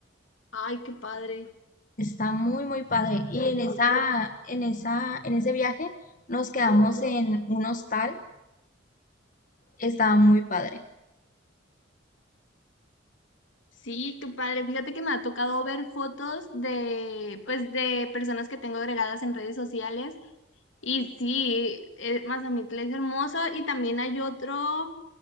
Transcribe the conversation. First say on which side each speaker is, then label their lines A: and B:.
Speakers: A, on the left; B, on the left.
A: Ay, qué padre.
B: Está muy, muy padre. Y en esa, en esa, en ese viaje nos quedamos en un hostal. Estaba muy padre.
A: Sí, qué padre. Fíjate que me ha tocado ver fotos de, pues, de personas que tengo agregadas en redes sociales. Y sí, eh, Mazamitla es hermoso. Y también hay otro,